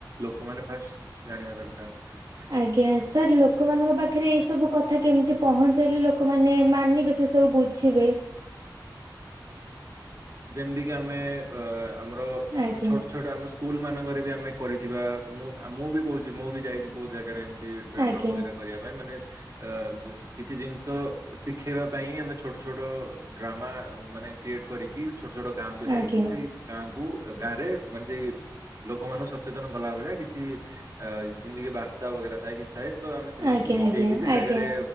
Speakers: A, on the right (about 45°); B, on the right (about 60°).
A: ଲୋକମାନେ ଫାଷ୍ଟ ଜାଣିବା ଦରକାର।
B: ଆଜ୍ଞା ସାର୍ ଲୋକମାନଙ୍କ ପାଖରେ ଏସବୁ କଥା କେମିତି ପହଞ୍ଚାଇଲେ ଲୋକମାନେ ମାନିବେ ସେସବୁ ବୁ ଛିବେ।
A: ଯେମିତି କି ଆମେ ଅ ଆମର
B: ଆଜ୍ଞା।
A: ଛୋଟ ଛୋଟ ଆମ ସ୍କୁଲ ମାନଙ୍କରେ ବି ଆମେ କରିଥିବା ମୁଁ ମୁଁ ବି କହୁଛି ମୁଁ ବି ଯାଇଛି ବହୁତ ଜାଗାରେ ଏମ ତି ଡ୍ରାମା
B: ଆଜ୍ଞା
A: ବଗେରା କରିବା ପାଇଁ ମାନେ ଅ କିଛି ଜିନିଷ ଶିଖେଇବା ପାଇଁ ଆମେ ଛୋଟ ଛୋଟ ଡ୍ରାମା ମାନେ କ୍ରିଏଟ କରିକି ଛୋଟ ଛୋଟ ଗାଁକୁୁ ଯାଇକି
B: ଆଜ୍ଞା
A: ସେଇ ଗାଁକୁ ଗାଁ ରେ ମାନେ ସେଇ ଲୋକମାନଙ୍କୁ ସଚେତନ କଲା ଭଳିଆ କିଛି ଅ ଜିନ୍ତିକି ବା ରାସ୍ତା ବଗେରା ଥାଏ କିଛି ଥାଏ ତ ଆମେ ସେ ଜିନିଷ
B: ଆଜ୍ଞା
A: ଶିଖେଇକି
B: ଆଜ୍ଞା
A: ସେ
B: ଆଜ୍ଞା
A: ଜାଗାରେ